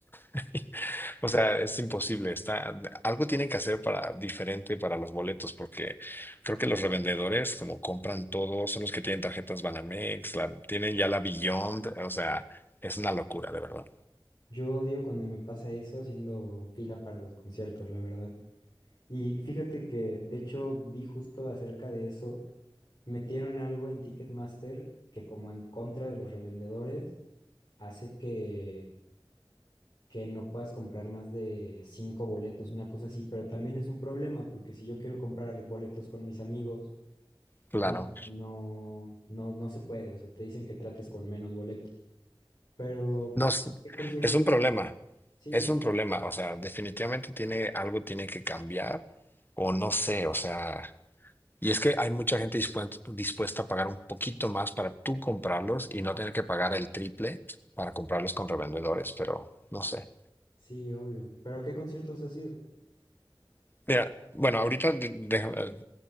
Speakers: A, on the left (about 25°); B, on the left (about 55°).
A: <laughs> o sea, es imposible. Está, algo tienen que hacer para diferente para los boletos, porque creo que los revendedores, como compran todo, son los que tienen tarjetas Banamex, la, tienen ya la Beyond, o sea, es una locura, de verdad.
B: yo odio cuando me pasa eso haciendo fila para los conciertos, la verdad. Y fíjate que, de hecho, vi justo acerca de eso, metieron algo en Ticketmaster que como en contra de los revendedores, hace que, que no puedas comprar más de cinco boletos, una cosa así, pero también es un problema porque si yo quiero comprar boletos con mis amigos,
A: claro
B: como que no, no, no se puede, o sea, te dicen que trates con menos boletos. Pero,
A: No, es
B: ¿qué conciertos
A: es un
B: has
A: problema,
B: ido? Sí,
A: es
B: sí,
A: un problema, o sea, definitivamente tiene algo tiene que cambiar o no sé, o sea, y es que hay mucha gente dispuesta, dispuesta a pagar un poquito más para tú comprarlos y no tener que pagar el triple para comprarlos con revendedores, pero no sé.
B: sí, obvio. ¿Pero a qué conciertos has ido?
A: Mira, bueno, ahorita de- de-